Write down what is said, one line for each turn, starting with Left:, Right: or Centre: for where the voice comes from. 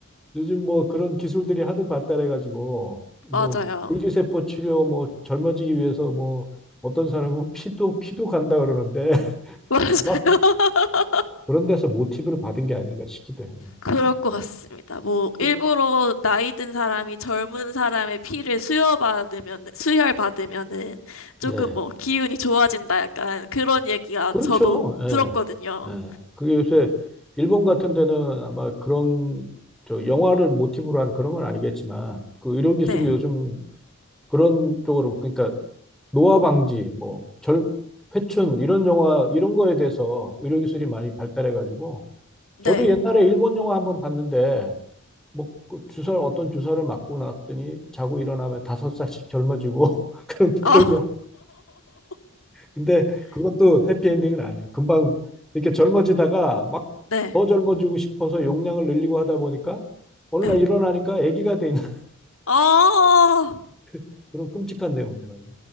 Centre: 요즘 뭐 그런 기술들이 하도 발달해가지고,
Left: 맞아요.
Centre: 뭐, 물리세포 치료, 뭐, 젊어지기 위해서 뭐, 어떤 사람은 피도, 피도 간다 그러는데, <laughs>
Left: <laughs> 맞아요.
Centre: 아마 그런 데서 모티브를 받은 게 아닌가 싶기도 해요.
Left: 그럴 것 같습니다. 뭐, 일부러
Centre: 그-
Left: 나이 든 사람이 젊은 사람의 피를 수혈받으면, 수혈받으면은 조금
Centre: 예.
Left: 뭐, 기운이 좋아진다 약간 그런 얘기가
Centre: 그렇죠.
Left: 저도
Centre: 예.
Left: 들었거든요.
Centre: 예. 그게 요새 일본 같은 데는 아마 그런 저 영화를 모티브로 한 그런 건 아니겠지만 그 의료 기술이
Left: 네.
Centre: 요즘 그런 쪽으로 그러니까 노화 방지 뭐 절, 회춘 이런 영화 이런 거에 대해서 의료 기술이 많이 발달해 가지고
Left: 네.
Centre: 저도 옛날에 일본 영화 한번 봤는데 뭐그 주사 어떤 주사를 맞고 났더니 자고 일어나면 다섯 살씩 젊어지고 <laughs> 그런 그런
Left: 아, <laughs>
Centre: 근데 그것도 해피엔딩은 아니에요. 금방 이렇게 젊어지다가 막
Left: 네.
Centre: 더 젊어지고 싶어서 용량을 늘리고 하다 보니까 어느
Left: 네.
Centre: 날 일어나니까 아기가 돼 있는
Left: 아,
Centre: <laughs> 그런 끔찍한 내용이더라고요.